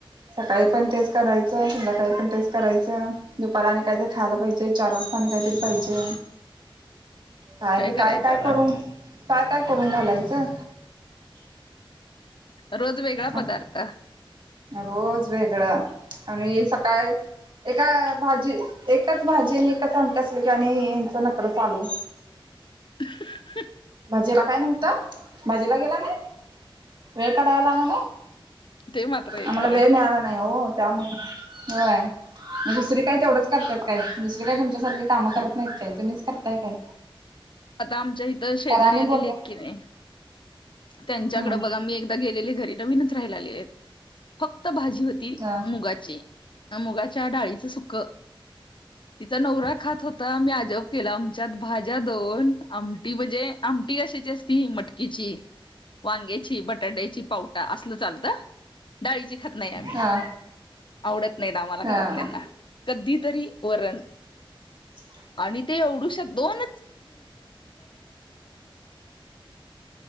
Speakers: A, on the right (about 55°); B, on the left (about 60°).
A: सकाळी पण तेच करायचा, संध्याकाळी पण तेच करायचं दुपारी आणि खायला पाहिजे चार वाजता आणि काहीतरी पाहिजे. काय ब
B: करायचं
A: काय काय
B: आता
A: करू? काय-काय करून घालायचं?
B: रोज वेगळा पदार्थ.
A: असं रोज वेगळं आणि सकाळी एका भाजी, एकच भाजी आणि एकच आमट्या असलं की आणि यांचा नकार चालू.
B: ह ह
A: भाजीला काय नव्हतं भाजीला गेला ना वेळ काढायला आला नाय.
B: ते मात्र आहे
A: आम्हाला
B: खरं
A: वेळ मिळाला नाही हो त्यामुळे होय. मग दुसरी काय तेवढंच करतायत काय दुसरी काही तुमच्यासारखं कामं करत नाहीत काय तुम्हीच करताय काय?
B: आता आमच्या हिथ शेजारी
A: करा आणि
B: आलेली
A: बोलणार
B: आहेत की नाही त्यांच्याकडे
A: हम्म
B: बघा मी एकदा गेलेले घरी नवीनच राहियला आलेले आहेत फत भाजी होती
A: हा
B: मुगाची मुगाच्या डाळीचं सुकं तिचा नवरा खात होता मी आजब केला आमच्यात भाज्या देऊन आमटी म्हणजे आमटी कशाची असती मटकीची वांग्याची बटाट्याची पावटा असलं चालतं डाळीची खात नाही आम्ही
A: हा
B: आवडत नाही द आम्हाला घरातल्याना
A: हा
B: कधी तरी वरण
A: ह
B: आणि ते एवढुश्या दोन